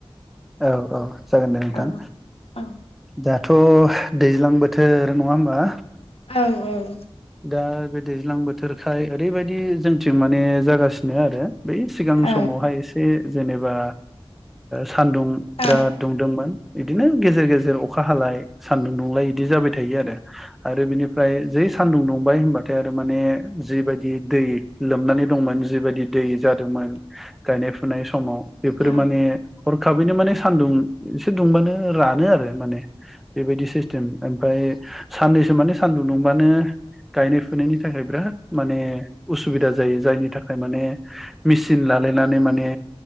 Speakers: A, in the centre; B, on the left.
A: औ औ जागोन दे नोंथां
B: औ औ
A: दाथ' दैज्लां बोथोर नङा होमबा
B: औ औ
A: दा बे दैज्लां बोथोरखाय ओरैबायदि जोंथिं माने जागासिनो आरो बै सिगां
B: औ
A: समावहाय एसे जेनेबा सानदुं
B: औ
A: बिराद दुंदोंमोन बिदिनो गेजेर गेजेर अखा हालाय सानदुं दुंलाय बिदि जाबाय थायो आरो आरो बिनिफ्राय जे सानदुं दुंबाय होनबाथाय आरो माने जिबायदि दै लोमनानै दंमोन जिबायदि दै जादोंमोन गायनाय फुनाय समाव बेफोरो
B: औ
A: माने हरखाबैनो माने सान्दुं एसे दुंबानो रानो आरो माने बेबायदि सिस्टेम ओमफ्राय साननैसो माने सानदुं दुंबानो गायनाय फुनायनि थाखाय बिराद माने उसुबिदा जायो जायनि थाखाय माने मेचिन लालायनानै माने